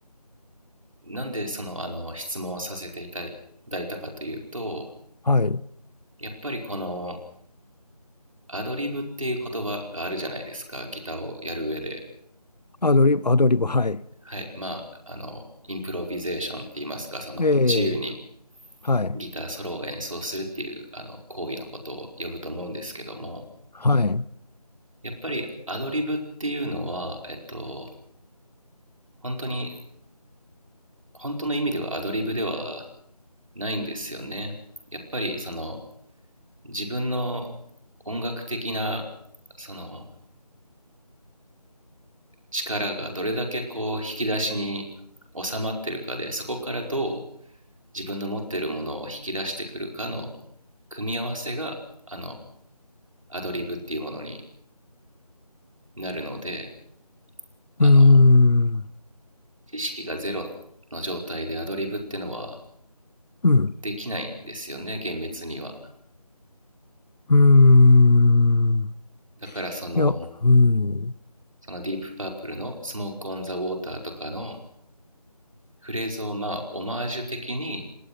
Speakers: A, on the right; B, on the left.
A: なんでその、あの、質問をさせていただいたかというと、
B: はい、
A: やっぱりこの、アドリブっていう言葉があるじゃないですか、ギターをやる上で。
B: アドリブ、アドリブ、はい。
A: はい、まあ、あの、インプロビゼーションって言いますか、その、
B: え
A: 自由に
B: えはい。
A: ギターソロを演奏するっていう、あの、行為のことを呼ぶと思うんですけども、
B: はい。う
A: やっぱりアドリブっていうのは、えっと、本当に、本当の意味ではアドリブではないんですよね。やっぱりその自分の音楽的なその力がどれだけこう引き出しに収まってるかでそこからどう自分の持ってるものを引き出してくるかの組み合わせがあのアドリブっていうものになるのであの
B: ーん。
A: 知識がゼロの状態でアドリブってのは
B: うん。
A: できないんですよね厳密には
B: うーん。
A: だからその
B: いや、うん。
A: そのディープパープルの「スモーク・オン・ザ・ウォーター」とかのフレーズをまあオマージュ的に